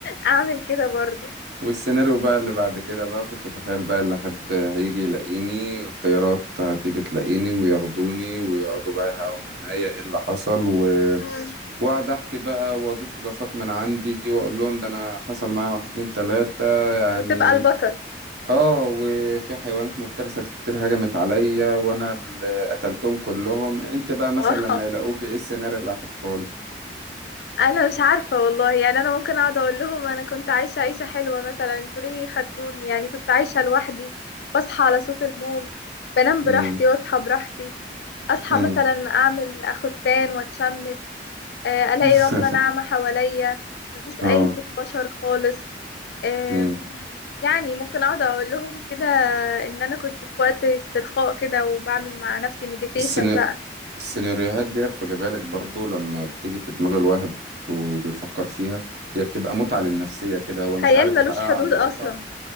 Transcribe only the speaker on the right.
والسيناريو بقى اللي بعد كده بقى كنت اتخيل بقى اللي حد هيجي يلاقيني والطيارات هتيجي تلاقيني وياخدوني ويقعدوا بقى يهاوا معايا ايه اللي حصل و...
واقعد احكي بقى واضيف اضافات من عندي واقول لهم ده انا حصل معايا واحد اتنين تلاتة يعني
اه وفي حيوانات مفترسة كتير هجمت عليا وانا اللي قتلتهم كلهم انت بقى مثلا
لما يلاقوك ايه السيناريو اللي هتحكوا له
امم
امم
<laughs>
اه
امم
السينا-
السيناريوهات ديت خد بالك برضو لما بتيجي في دماغ الواحد وبيفكر فيها هي بتبقى متعة للنفسية كده هو مش
عارف
يحققها
على الواقع